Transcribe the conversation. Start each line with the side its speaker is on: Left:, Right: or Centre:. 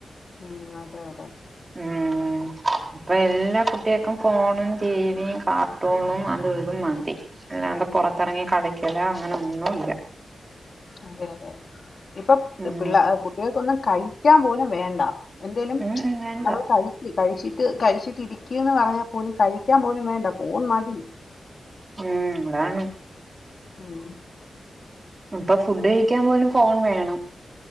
Left: ഉം അതെ അതെ
Right: ഉം ഇപ്പൊ എല്ലാ കുട്ടികൾക്കും ഫോണും ടിവിയും കാർട്ടൂണും അത് ഇതും മതി അല്ല അത് പുറത്തിറങ്ങി കളിക്കല അങ്ങനെ ഒന്നുമ ഇല്ല
Left: അതെ അതെ ഇപ്പൊ
Right: ഉം
Left: പിള്ള കുട്ടികൾക്കൊന്നും കഴിക്കാൻ പോലും വേണ്ട എന്തേലും
Right: ഉം ഉം വേണ്ട
Left: നമ്മൾ കഴ കഴിച്ചിട്ട് കഴിച്ചിട്ടിരിക്കന്ന് പറഞ്ഞാൽ പോലും കഴിക്കാൻ പോലും വേണ്ട ഫോൺ മതി
Right: ഉം അതാണ്
Left: ഉം
Right: ഇപ്പൊ ഫുഡ് കഴിക്കാൻ പോലും ഫോൺ വേണം